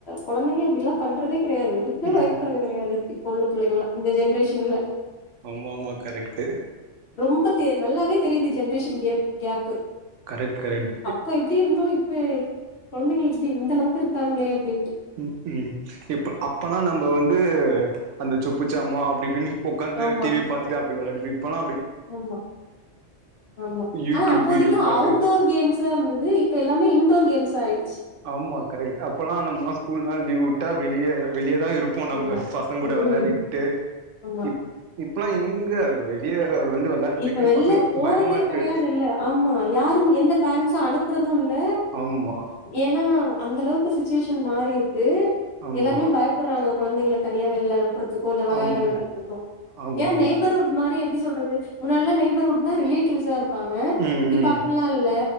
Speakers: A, on the left (about 60°); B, on the right (about 80°).
A: கொழந்தைங்க இப்டில்லா பண்றதே கெடையாது எதுக் குமே
B: ம்
A: பயப்பட்றது கெடையாது இப்ப உள்ள பிள்ளைங்களா இந்த ஜென்ரேஷன்ல
B: ஆமாமா கரெக்டு
A: ரொம்ப தெ நல்லாவே தெரியிது ஜென்ரேஷன் கே கேப்பு
B: கரெக்ட் கரெக்ட்
A: இப்போ எப்டி இருந்தோ இப்ப கொழந்தைங்க எப்டி இந்தளவுக்கு இருக்காங்ளே அப்டின்ட்டு
B: ம் ம் இப் அப்பல்லா நம்ப வந்து அந்த சொப்புச்சாமா அப்டி இப்டி உக்காந்து
A: ஆமா
B: டி வி பாத்துட்டு அப்டி வெளயாடி இப்பெல்லா
A: ஆமா ஆமா
B: யூடியூப்
A: ஆனா அப்போதிக்கு
B: வீடியோ பாட்டு
A: அவுட்டோர் கேம் சா இருந்தது இப்ப எல்லாமே இன்டோர் கேம்ஸா ஆயிடுச்சு
B: ஆமா கரெக்ட் அப்பல்லா நம்மல்லா ஸ்கூல்லா லீவ் விட்டா வெளிய வெளியதா இரு ப்போ நம்ம
A: ஆமா
B: பசங்க கூட
A: ம்
B: வெளயாடிக்கிட்டு
A: ஆமா
B: இ இப்பெல்லா எங்க வெளிய வந்து வெளாடுறதுக்கே
A: இப்ப வெள்ல
B: பசங்களுக்கு
A: போறதே
B: பயமா இருக்கு
A: கெடையாது இல்ல ஆமா யாரும் எந்த பேரண்ஸ்ம் அனு ப்பறது இல்ல
B: ஆமா
A: ஏனா அந்த அளவுக்கு சிச்சுவேஷன் மாறி இருக்கு
B: ஆமா
A: எல்லாருமே பய படறாங்க கொழந்தைங்கள தனியா வெளில அனுப்பறதுக்கோ இல்ல வெளையாட
B: ஆம்
A: விடுறதுக்கோ
B: ஆமா
A: ஏனா
B: ஆமா
A: நெய்பர்ஹூட் மாரி எப்டி சொல்றது முன்னாடி எல்லா நெய்பர்ஹூட்னா ரிலேட்டிவ்ஸாரு ப்பாங்க
B: ம்
A: இப்ப
B: ம்
A: அப்பல்லா இல்ல